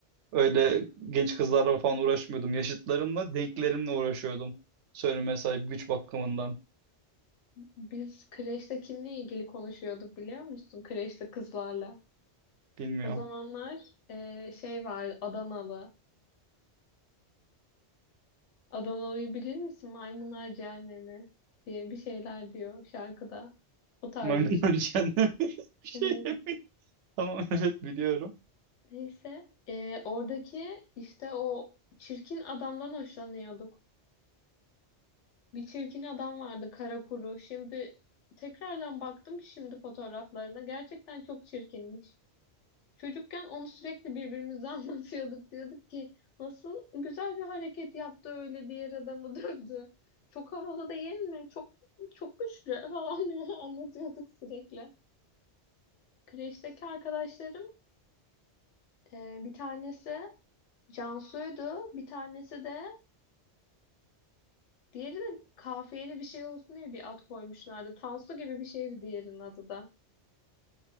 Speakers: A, on the right; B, on the left.
A: Öyle genç kızlarla falan uğraşmıyordum. Yaşıtlarımla, denklerimle uğraşıyordum. Söyleme sahip güç bakımından.
B: Biz kreşte kimle ilgili konuşuyorduk biliyor musun? Kreşte kızlarla.
A: Bilmiyorum.
B: O zamanlar e, şey var Adanalı. Adanalı'yı bilir misin? Maymunlar Cehennemi diye bir şeyler diyor şarkıda. O tarz
A: Maymunlar
B: bir şey.
A: <laughs> cehennemi bir şey.
B: Evet.
A: Tamam <laughs> evet biliyorum.
B: Neyse. Ee, oradaki işte o çirkin adamdan hoşlanıyorduk. Bir çirkin adam vardı kara kuru. Şimdi tekrardan baktım şimdi fotoğraflarına. Gerçekten çok çirkinmiş. Çocukken onu sürekli birbirimize <laughs> anlatıyorduk. Diyorduk ki nasıl güzel bir hareket yaptı öyle diğer adamı <laughs> dövdü. Çok havalı değil mi? Çok çok güçlü <laughs> falan diye anlatıyorduk sürekli. Kreşteki arkadaşlarım e, bir tanesi Cansu'ydu. Bir tanesi de diğeri de kafiyeli bir şey olsun diye bir ad koymuşlardı. Tansu gibi bir şeydi diğerinin adı da.